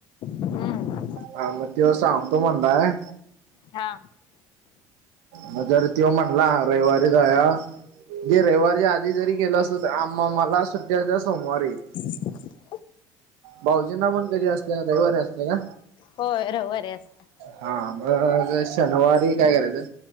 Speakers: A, on the left; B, on the right.
A: हम्म
B: हा मग तो सांगतो म्हणताय.
A: हा.
B: ह जर तव म्हणला रविवारी जावया. म्हे रविवारीच्या आधी जरी गेल असतो तर आ मला सुट्ट्याच्या सोमवारी येत.
A: ह.
B: भाऊजींना पण कधी असते रविवारी असते का?
A: होय रविवारी असत्या.
B: हा मग शनिवारी काय करायचं